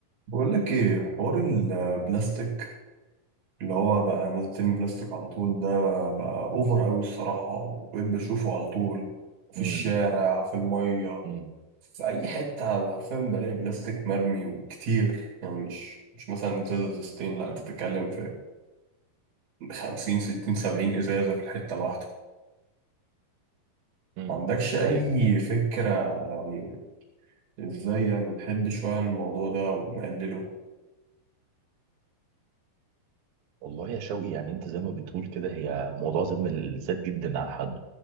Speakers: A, on the right; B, on the right.
A: بقول لك ايه حوار البلاستيك اللي هو بقى الناس بترمي بلاستيك على طول
B: مم.
A: ده بقى اوفر قوي الصراحة وبقيت بشوفه على طول في
B: مم.
A: الشارع في المية
B: مم.
A: في اي حتة حرفيا بلاقي بلاستيك مرمي وكتير يعني مش مش مثلا ازازة ازازتين لا
B: مم.
A: انت بتتكلم في خمسين ستين سبعين ازازة في الحتة الواحدة
B: مم.
A: ما عندكش اي
B: دي حقيقة
A: فكرة يعني ازاي يعني نحد شوية عن الموضوع ده ونقلله
B: والله يا شوقي يعني انت زي ما بتقول كده هي موضوع ظلم الذات جدا على حد